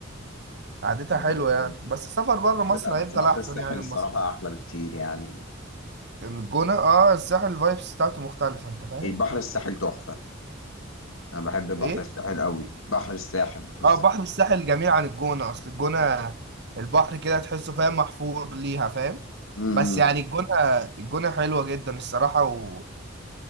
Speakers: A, on the right; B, on the left.
A: قعدتها
B: آه،
A: حلوة يعني بس السفر بره
B: بحر
A: مصر
B: بقى
A: هيفضل
B: بس بحر
A: احسن
B: الساحل
A: يعني
B: الصراحة
A: من مصر
B: أحلى بكتير يعني
A: من الجونة اه الساحل الفايبس بتاعته مختلفة انت فاهم
B: البحر الساحل تحفة انا بحب بحر
A: ايه
B: الساحل قوي بحر الساحل بحر الساحل
A: اه بحر الساحل جميل عن الجونة اصل الجونة البحر كده تحسه فاهم محفور ليها فاهم
B: امم
A: بس يعني الجونة الجونة حلوة جدا الصراحة و...